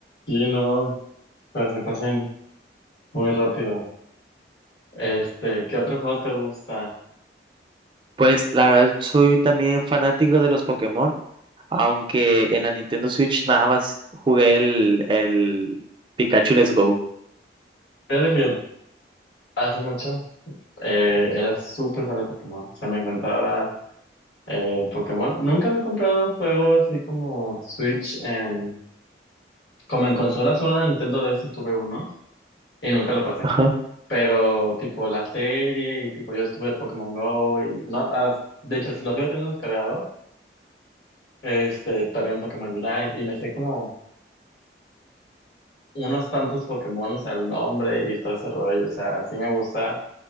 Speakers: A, on the left; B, on the right.
A: Sí, no, pero se pasan muy rápido. Este, ¿qué otro juego te gusta?
B: Pues la verdad soy también fanático de los Pokémon, aunque en la Nintendo Switch nada más jugué el, el Pikachu Let's Go.
A: Fíjate que yo hace mucho eh, era súper fan de Pokémon. O sea, me encantaba eh, Pokémon. Nunca me he comprado un juego así como Switch. en- como en consola solo en Nintendo DS tuve uno y nunca lo pasé.
B: Ajá.
A: Pero tipo la serie y tipo yo estuve Pokémon Go y no, ah, de hecho si lo sigo teniendo descargado. Este, también Pokémon Unite y me sé como unos tantos Pokémon, o sea el nombre y todo ese rollo, o sea, sí me gusta,